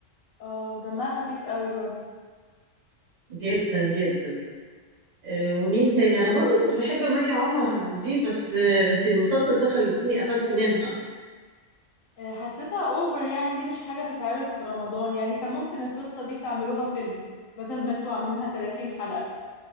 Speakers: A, on the left; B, on the right.
A: اه دمها خفيف قوي برضه
B: جدا جدا آه، ومين تاني انا برضو كنت بحب مي عمر دي بس آه، انتي المسلسل ده خلتيني قفلت منها
A: آه، حسيتها اوفر يعني دي مش حاجة تتعرض في رمضان يعني كان ممكن القصة دي تعملوها فيلم بدل ما انتوا عاملينها 30 حلقة